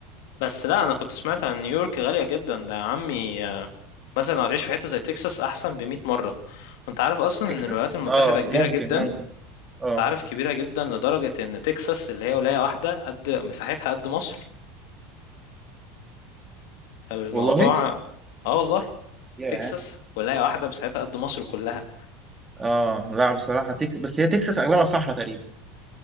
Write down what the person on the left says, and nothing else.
بس لا انا كنت سمعت عن نيويورك غالية جدا ده يا عمي آه، مثلا لو هتعيش في حتة زي تكساس احسن بمئة مرة انت عارف اصلا
ان الولايات المتحدة
كبيرة
جدا
انت
عارف كبيرة جدا لدرجة ان تكساس اللي هي ولاية واحدة قد مساحتها قد مصر الموضوع
اه والله
تكساس ولاية واحدة مساحتها قد مصر كلها